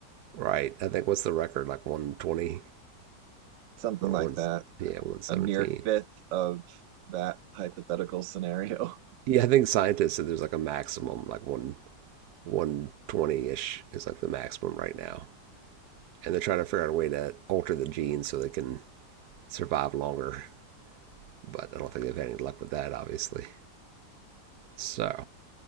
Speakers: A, on the right; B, on the right.
A: right? I think what's the record like 120
B: something
A: or
B: like
A: one
B: that.
A: yeah 117.
B: A mere fifth of that hypothetical scenario
A: Yeah, I think scientists said there's like a maximum like one 120 ish is like the maximum
B: <laughs>
A: right now, and they're trying to figure out a way to alter the genes so they can survive longer. But I don't think they've had any luck with that, obviously. So,